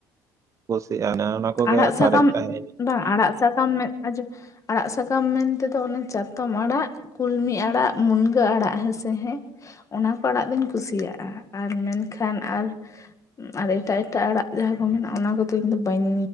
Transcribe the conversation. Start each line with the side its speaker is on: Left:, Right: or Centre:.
Right: ᱠᱩᱥᱤᱜᱼᱟ ᱚᱱᱮ ᱚᱱᱟ ᱠᱚᱜᱮ
Left: ᱟᱲᱟᱜ ᱥᱟᱠᱟᱢ
Right: ᱥᱟᱨᱮᱡ ᱛᱟᱦᱮᱸᱭᱮᱱᱟ
Left: ᱵᱟᱝ ᱟᱲᱟᱜ ᱥᱟᱠᱟᱢ ᱢᱮ ᱟᱡᱟᱢ ᱟᱲᱟᱜ ᱥᱟᱠᱟᱢ ᱢᱮᱱᱛᱮᱫᱚ ᱚᱱᱮ ᱪᱟᱛᱚᱢ ᱟᱲᱟᱜ ᱠᱩᱞᱢᱤ ᱟᱲᱟᱜ ᱢᱩᱱᱜᱟᱹ ᱟᱲᱟᱜ ᱦᱮᱸᱥᱮ ᱦᱮᱸ ᱚᱱᱟ ᱠᱚ ᱟᱲᱟᱜ ᱫᱩᱧ ᱠᱩᱥᱤᱭᱟᱜᱼᱟ ᱟᱨ ᱢᱮᱱᱠᱷᱟᱱ ᱟᱨ ᱟᱨ ᱮᱴᱟᱜ ᱮᱴᱟᱜ ᱟᱲᱟᱜ ᱡᱟᱦᱟᱸ ᱠᱚ ᱢᱮᱱᱟᱜᱼᱟ ᱚᱱᱟ ᱠᱚᱫᱚ ᱤᱧ ᱫᱚ ᱵᱟᱹᱧ